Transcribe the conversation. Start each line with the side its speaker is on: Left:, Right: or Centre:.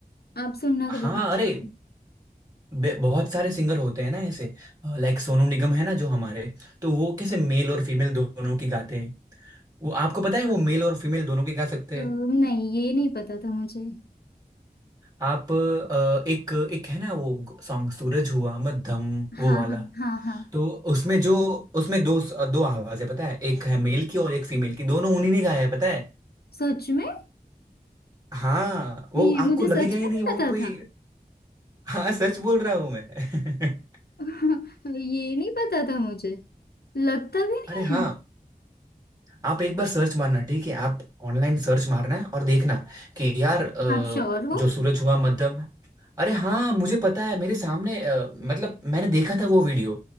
Left: आप सुनना
Right: हाँ
Left: कभी
Right: अरे बे- बहुत सारे सिंगर होते हैं ना ऐसे लाइक सोनू निगम है ना जो हमारे तो वो कैसे मेल और फीमेल दोनों की गाते हैं वो आपको पता है
Left: हाँ,
Right: वो मेल और फीमेल दोनों की गा सकते
Left: अ,
Right: हैं
Left: नहीं ये नहीं पता था मुझे
Right: आप अ, एक एक है ना वो सॉन्ग सूरज हुआ मध्यम वो
Left: हाँ
Right: वाला
Left: हाँ हाँ हाँ
Right: तो उसमें जो उसमें दो दो आवाज है पता है एक है मेल की और एक फीमेल की दोनों उन्हीं ने गाया है पता है
Left: सच में
Right: हाँ वो
Left: ये
Right: आपको
Left: मुझे
Right: लगेगा
Left: सच
Right: ही
Left: में नहीं
Right: नहीं वो
Left: पता
Right: कोई
Left: था
Right: हाँ सच बोल रहा हूँ मैं <laughs>
Left: <laughs> ये नहीं पता था मुझे लगता भी नहीं
Right: अरे हाँ आप एक बार सर्च मारना ठीक है आप ऑनलाइन सर्च मारना और देखना कि यार अ,
Left: है आप श्योर हो
Right: जो सूरज हुआ मध्यम अरे हाँ मुझे पता है मेरे सामने अ, मतलब मैंने देखा था वो वीडियो